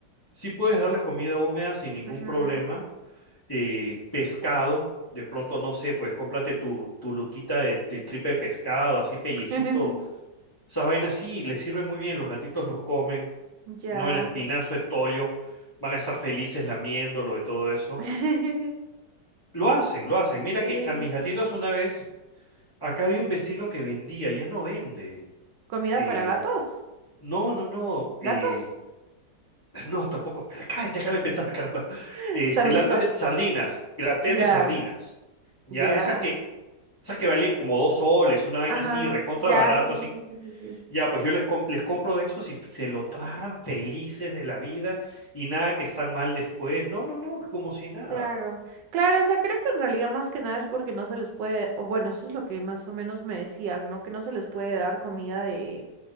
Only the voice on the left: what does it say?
sí puedes darles comida húmeda sin ningún
problema, eh, pescado, de pronto no sé, pues cómprate tu, tu luquita de, de tripa de pescado, así pellejito,
esas vainas sí les sirve muy bien, los gatitos los comen,
no el espinazo de toyo, van a estar felices lamiéndolo y todo eso,
lo hacen, lo hacen, mira
que a mis gatitos una vez, acá había un vecino que vendía, ya no vende,
eh,
no, no, no. eh,
No, tampoco. Espera, cállate, déjame pensar, <laughs> caramba.
Este,
latas de sardinas, graté
de sardinas. Ya,
esas que, esas que valían como dos soles, una vaina
así, recontra
barato,
así.
Ya, pues yo les, com- les compro de esos y se lo traen felices de la vida y nada que están mal después. No, no, no, como si nada.